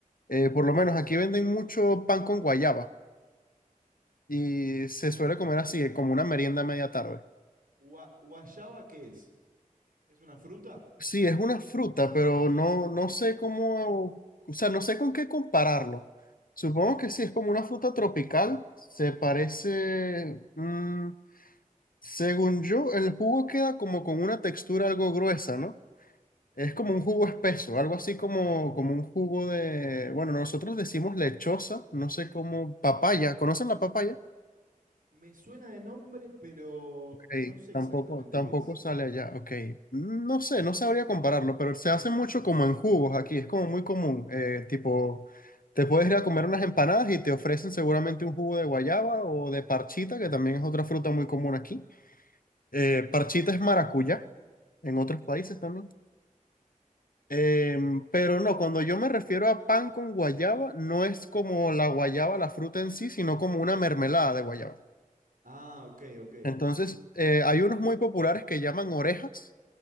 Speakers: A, on the left; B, on the right.
A: eh, por lo menos aquí venden mucho pan con guayaba y se suele comer así, como una merienda a media tarde.
B: Gua- ¿Guayaba qué es? ¿Es una fruta?
A: Sí, es una fruta, pero no, no sé cómo, o sea, no sé con qué compararlo. Supongo que sí, es como una fruta tropical. Se parece, mm, según yo, el jugo queda como con una textura algo gruesa, ¿no? Es como un jugo espeso, algo así como, como un jugo de, bueno, nosotros decimos lechosa, no sé cómo, papaya, ¿conocen la papaya?
B: Me suena de nombre, pero
A: Ey,
B: no sé exactamente
A: tampoco, tampoco
B: qué es.
A: sale allá. Ok. Mm, No sé, no sabría compararlo, pero se hace mucho como en jugos aquí. Es como muy común. eh, tipo, te puedes ir a comer unas empanadas y te ofrecen seguramente un jugo de guayaba o de parchita, que también es otra fruta muy común aquí. Eh, parchita es maracuyá en otros países también. Em, pero no, cuando yo me refiero a pan con guayaba, no es como la guayaba, la fruta en sí, sino como una mermelada de guayaba.
B: Ah, ok, ok.
A: Entonces, eh, hay unos muy populares que llaman orejas,